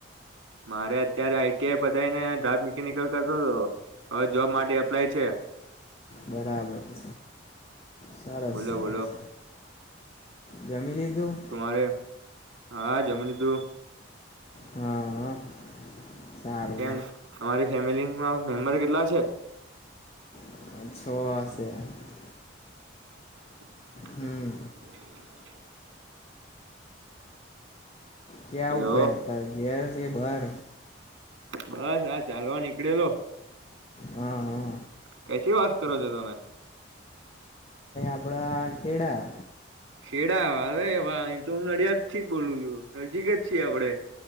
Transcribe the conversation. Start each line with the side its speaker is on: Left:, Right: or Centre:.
Right: મારે અત્યારે આઈટીઆઈ પતાવીને ડાબ મિકેનિકલ કરતો હતો હવે જોબ માટે એપ્લાય છે
Left: બરાબર છે સરસ
Right: બોલો
Left: સરસ
Right: બોલો
Left: જમી લીધું
Right: તમારે હા જમ લીધું
Left: હા સારું
Right: કેમ તમારી ફેમિલીમાં મેમ્બર કેટલા છે
Left: <inaudible>
Right: <inaudible>
Left: હમ ક્યાં
Right: હેલો
Left: ઉપડ્યા હતા ઘેર કે બાર
Right: બસ આ ચાલવા નીકળેલો
Left: હા હા
Right: કથીી વાત કરો છો તમે
Left: કપડા કેડા
Right: ખેડા હરે ભાઈ અહી તો હું નડિયાદ થી બોલું છું નજીક જ છીએ આપડે <inaudible>